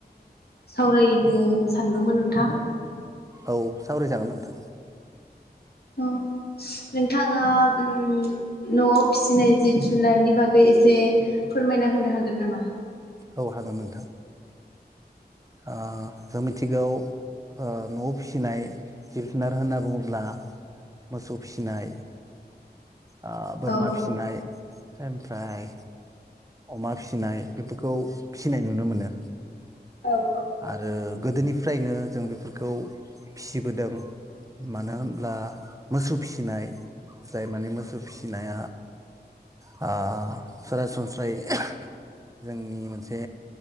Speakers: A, on the left; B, on the right.
A: सावरायनो सानदोंमोन नोंथां
B: औ सावराय जागोन नोंथां।
A: उम नोंथाङा उम न'आव फिसिनाय जिब जुनारनि बागै एसे फोरमायना होनो हागोन नामा?
B: औ हागोन नोंथां ओ जों मिथिगौ ओ न'आव फिसिनाय जिब जुनार होनना बुङोब्ला मोसौ फिसिनाय ओ बोरमा
A: औ
B: फिसिनाय ओमफ्राय अमा फिसि नाय बेफोरखौ फिसिनाय नुनो मोनो।
A: औ
B: आरो गोदोनिफ्रायनो जों बेफोरखौ फिसिबोदों मानो होनब्ला मोसौ फिसिनाय जाय माने मोस फिसिनाया आह सरासनस्रायै जोंनि मोनसे